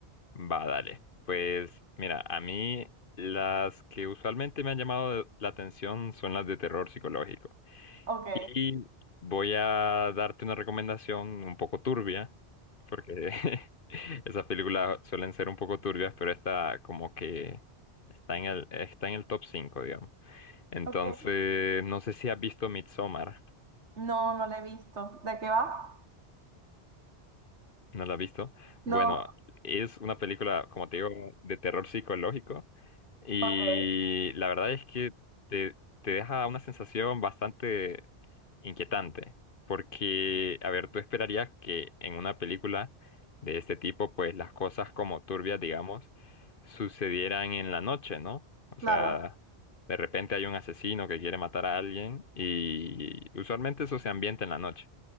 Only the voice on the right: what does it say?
Ok,
ok.
No, no la he visto. ¿De qué va?
No,
ok.
Claro,